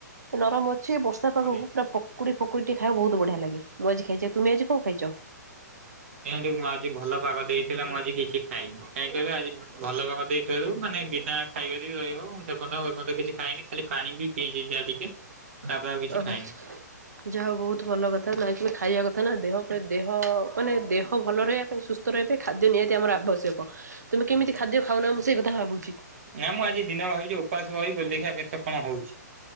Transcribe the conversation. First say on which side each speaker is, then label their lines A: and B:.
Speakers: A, on the right; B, on the right.
A: ନରମ ଅଛି ବର୍ଷା
B: ଶୁଷ୍କ
A: ପାଗକୁ
B: ଦେଇଛି।
A: ପୁରା ପକୁଡି ଫକୁଡି ଖାଇବାକୁ ବହୁତ ବଢିଆ ଲାଗେ ।ମୁଁ ଆଜି ଖାଇଚି ଆଉ ତମେ ଆଜି କଣ ଖାଇଛ?
B: କେମିତି ମ ଆଜି ଭଲ ପାଗ ଦେଇ ଥିଲା ମୁଁ ଆଜି କିଛି ଖାଇନି, କାଇଁ କହିଲ ଆଜି ଭଲ କାମ ଦେଇଥିବାରୁ ମାନେ ବିନା ଖାଇବାରେ ବି ରହି ହବ ମୁ ସେ ପ <unintelligible> କିଛି ଖାଇନି ଖାଲି ପାଣି ବି ପିଇଚି ଯାହା ଟିକେ
A: ଓ
B: ତାପରେ ଆଉ କିଛି ଖାଇନି।
A: ଯାହା ହଉ, ବହୁତ ଭଲ କଥା ନାଇଁ ଖାଇବା କଥା ନା, ଦେହ ଉପରେ ଦେହ ମାନେ ଦେହ ଭଲ ରହିବା ପାଇଁ, ସୁସ୍ଥ ରହିବା ପାଇଁ, ଖାଦ୍ୟ ନିହାତି ଆମର ଆବ ଆବଶ୍ୟକ, ତୁମେ
B: ହଁ
A: କେମିତି ଖାଦ୍ୟ ଖାଉନା, ମୁଁ ସେଇ କଥା ଭାବୁଚି।
B: ନା ମୁଁ ଆଜି ଦିନକ ଭାବିଚି ଉପାସ ରହିବି ବୋଲି, ଦେଖିବା କେତେ କଣ ହଉଚି।